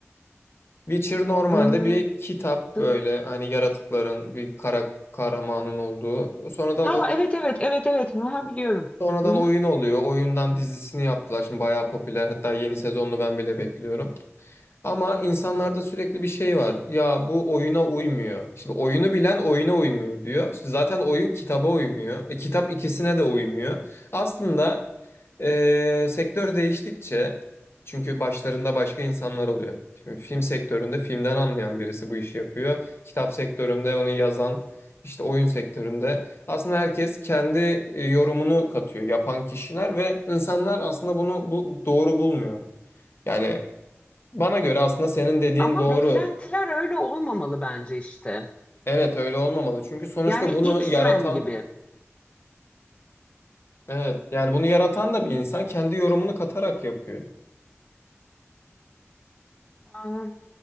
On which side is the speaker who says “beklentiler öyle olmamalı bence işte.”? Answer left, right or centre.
Left